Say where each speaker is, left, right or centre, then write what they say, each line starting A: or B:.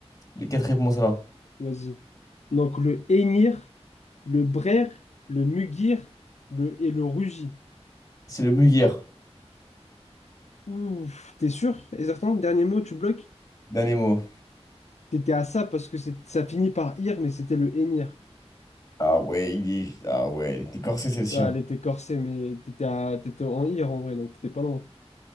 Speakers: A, on the left; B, on the left.
A: les quatre réponses alors.
B: Vas-y. Donc le hennir, le braire, le mugir, le et le rugit.
A: C'est le Mugir.
B: Ouf, t'es sûr? Et certain, dernier mot, tu bloques?
A: Dernier mot.
B: T'étais à ça parce que c'est- ça finit par ir, mais c'était le hennir.
A: Ah ouais, il est... Ah ouais, t'es est corsé, c'est le sien.
B: Ah, elle était corsée, mais t'étais à... t'étais en ir en vrai, donc t'étais pas loin.